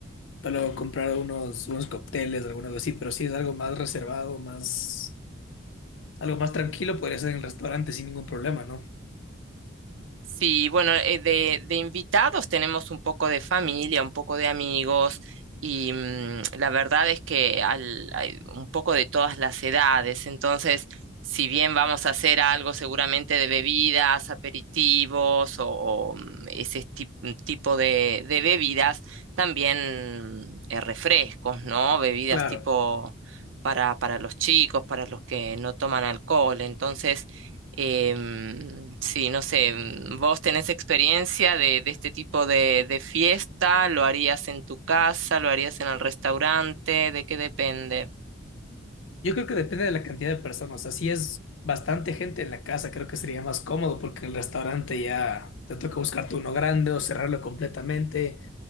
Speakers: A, on the left; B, on the right.
A: para luego comprar unos, unos cócteles, alguna cosa así, pero si es algo más reservado, más, algo más tranquilo, podría ser en el restaurante sin ningún problema, ¿no?
B: Sí, bueno, eh, de, de invitados tenemos un poco de familia, un poco de amigos y mm, la verdad es que al- hay un poco de todas las edades. Entonces, si bien vamos a hacer algo seguramente de bebidas, aperitivos o, o, mm, ese tip- mm, tipo de, de bebidas, también eh, refrescos, ¿no? Bebidas
A: Claro.
B: tipo para, para los chicos, para los que no toman alcohol. Entonces, Em, sí, no sé, mm, ¿vos tenés experiencia de, de este tipo de, de fiesta? ¿Lo harías en tu casa? ¿Lo harías en el restaurante? ¿De qué depende?
A: Yo creo que depende de la cantidad de personas. Así es bastante gente en la casa, creo que sería más cómodo porque el restaurante ya te toca buscarte uno grande o cerrarlo completamente,